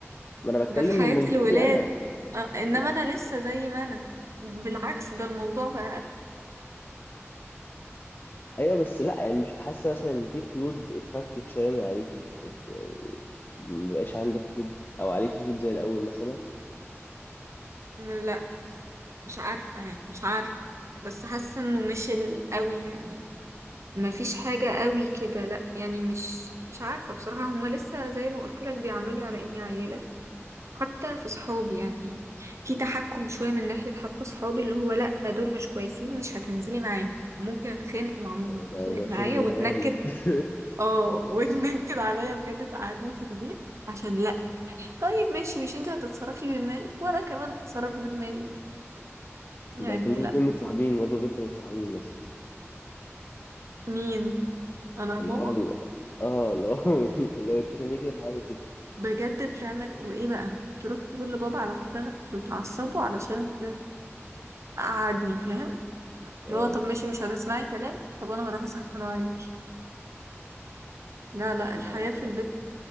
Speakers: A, on the left; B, on the right.
A: ما انا بتكلم
B: ده في حياة
A: من منظوري
B: الولاد
A: انا
B: آه، انما
A: ما-
B: انا لسه زي ما انا بالعكس ده الموضوع بقى
A: ايوه بس لا يعني مش حاسه مثلا ان في قيود اتفكت شويه من عليكي ات- ما بقاش عندك قيود او عليكي قيود زي الاول مثلا
B: لا مش عارفة يعني مش عارفة بس حاسة انه مش قوي يعني ما فيش حاجة قوي كده لا يعني مش مش عارفة بصراحة هما لسه زي ما قلت لك بيعاملوني على اني عيلة حتى في صحابي يعني في تحكم شوية من ناحية حتى صحابي اللي هو لا دول مش كويسين مش هتنزلي معاهم ممكن اتخانق مع ماما
A: هو
B: تتخانق
A: ده ده
B: معايا
A: شغل العيال
B: وتنكد
A: ده <laughs>
B: اه <laughs> وتنكد عليا بجد تقعدني في البيت عشان لا طيب ماشي مش انت هتتصرفي بدماغك وانا كمان هتصرف بدماغي يعني
A: لكنهم
B: لا
A: اتنين متصاحبين واد وبنت متصاحبين مثلا
B: مين انا ماما
A: اللي هو ال... اه اللي هو <laughs> اللي هو اتفق معايا كده انا هعمل كده
B: بجد بتعمل وايه بقى تروح تقول لبابا على حاجه بتعصبه علشان تقعدني فاهم
A: اه
B: اللي هو طب ماشي مش هتسمعي كلام طب انا هروح اسخنه عليكي لا لا
A: ما-
B: الحياه في البيت